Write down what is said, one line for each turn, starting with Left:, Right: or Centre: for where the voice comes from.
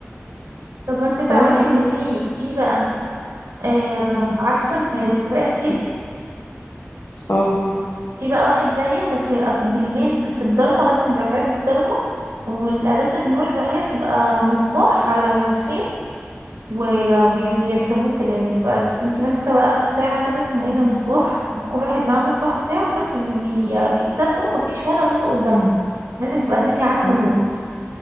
Right: طب ما انت تعرفي
Left: اه والله.
Right: ان في في بقى آه... عارفة ال- سباق الخيل
Left: اه
Right: في بقى واحد زيه بس يبقى بالليل في الضلمة لازم يبقى في عز الضلمة والأداة النور الوحيدة بتبقى مصباح على الخيل وبيركبوه كده يعني بيبقى انتي ماسكة بقى بتاع كده اسمه ايه ده مصباح وكل واحد معاه مصباح بتاعه بس بي بي- بيتسابقوا مفيش ولا نور قدامهم لازم تبقى الدنيا عتمة
Left: م-
Right: موت